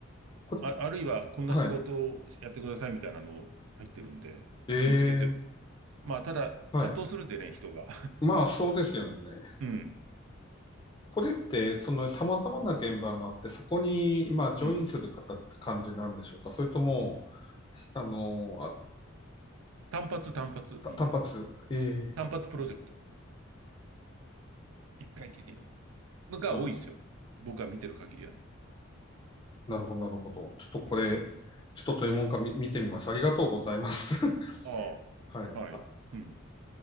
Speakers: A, on the left; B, on the right.
A: これ、
B: あ、あるいは、こんな仕事をやってくださいみたいなの入ってるんで、
A: はい。ええ
B: 見つけて。まあ、ただ、
A: ーはい。
B: 殺到するんでね、人が。
A: まあ、そうですよね。
B: <laughs> うん、
A: これって、その様々な現場があって、そこに、まあ、ジョインする方って感じなんでしょうかそれとも、
B: うん。
A: あの、あ、
B: 単発、単発、
A: た単発。
B: みんな。
A: ええ
B: 単発プロジェクト。一回きりの。のが多いですよ。
A: なる
B: 僕が見てる限りはね。
A: なるほど、なるほど。ちょっとこれ、
B: うん。
A: ちょっとというもんかみ見てみます。ありがとうございます。<laughs>
B: あ
A: はい。
B: あ、はい。
A: あ、
B: うん。